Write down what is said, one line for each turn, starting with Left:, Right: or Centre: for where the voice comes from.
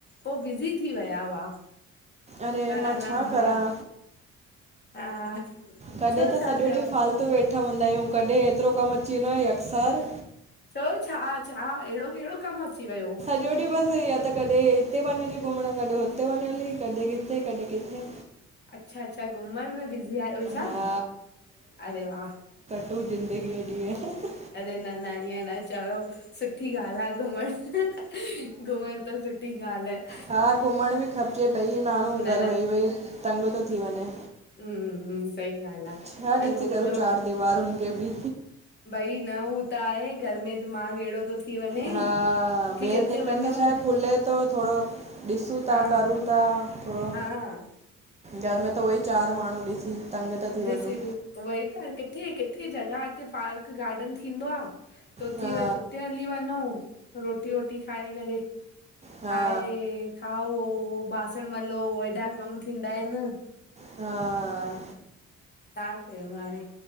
Left: पो बिज़ी थी विया हुआ
Right: अरे
Left: त ह
Right: मां
Left: न
Right: छा
Left: हा
Right: करां
Left: हा
Right: कॾहिं
Left: छो
Right: त
Left: छा
Right: सॼो
Left: थियो
Right: ॾींहु फालतू वेठा हूंदा आहियूं, कॾहिं एतरो कमु अची वेंदो आहे अकसर
Left: चओ छा, छा अड़ो केड़ो कमु अची वियो?
Right: सॼो ॾींहु बसि या त कॾे हिते वञ, हली घुमणु कॾे हुते वञ, हली कॾी किथे, कॾी किथे
Left: अच्छा- अच्छा घुमण में बिज़ी आयो छा?
Right: हा
Left: अरे! वाह
Right: ऐं ज़िदगी ॾिंहु अ ह ह
Left: अरे, न न ईयं ना हे चओ सुठी ॻाल्हि आ घुमण, खिलण जी आवाज़ घुमण त सुठी ॻाल्हि आहे।
Right: हा घुमण ॿि खपॼे भई माण्हूं
Left: न
Right: घरु वेही वेही तंग थो थी वञे।
Left: हंम्म सही ॻाल्हि आ,
Right: छा ॾिसी
Left: ऐं घुमजो
Right: करूं चारि दीवारुनि खे बि
Left: भई न हूं त आहे घर में दिमाग़ हेॾो थो थी वञे
Right: हा
Left: की
Right: ॿियो
Left: किथे
Right: निकिल
Left: वञूं
Right: त छाहे खुले तो थोरो ॾिंसूतां
Left: हा
Right: करूं ता थोरो
Left: हा
Right: घरु में त उहो ई चार माण्हूं ॾिसी तंग था थी वञूं
Left: ॾिसीदी् वई त किथे -किथे जॻह हिते पार्क गार्डन थींदो आ त उथी
Right: हा
Left: वर् उते हली वञो रोटी वोटी खाए करे,
Right: हा
Left: ठाहे खाओ बासण मलो हेॾा कमु थींदा हिनि
Right: हाअ
Left: तां खे मारी,